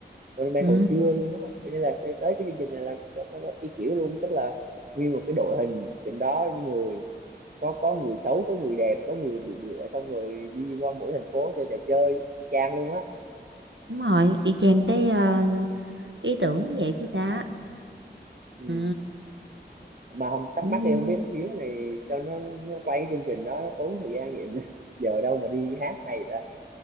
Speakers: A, on the right; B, on the right.
A: Running Man
B: ừ
A: hồi xưa luôn á cho nên là tới, tới cái chương trình này là có, có, có ý kiểu luôn tức là nguyên một cái đội hình trên đó người có có người xấu có người đẹp có người bự bựa xong rồi đi qua mỗi thành phố chơi trò chơi y chang luôn á
B: đúng rồi y chang cái ờ, ý tưởng vậy của ta
A: ừ.
B: ừ
A: mà không thắc
B: cũng
A: mắc em
B: vui
A: không biết con Hiếu này sao nó, nó quay cái chương trình đó nó tốn thời gian vậy <laughs> giờ đâu mà đi hát hay ta